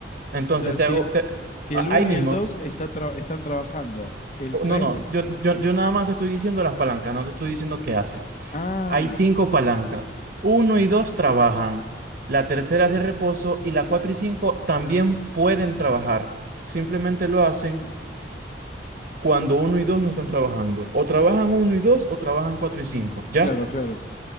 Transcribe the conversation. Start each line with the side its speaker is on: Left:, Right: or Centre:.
Right: Entonces
Left: O sea,
Right: te
Left: si,
Right: hago, te-
Left: si
Right: a-
Left: el uno
Right: ahí mismo,
Left: y el 2 está tra- están trabajando, el
Right: o-
Left: 3,
Right: no, no, yo, yo, yo nada más te estoy diciendo las palancas, no te estoy diciendo qué hace.
Left: Ah,
Right: Hay cinco palancas, uno y dos trabajan, la tercera es de reposo y la cuatro y cinco también pueden trabajar. Simplemente lo hacen cuando uno y dos no están trabajando. O trabajan uno y dos o trabajan cuatro y cinco, ¿ya?
Left: claro, claro,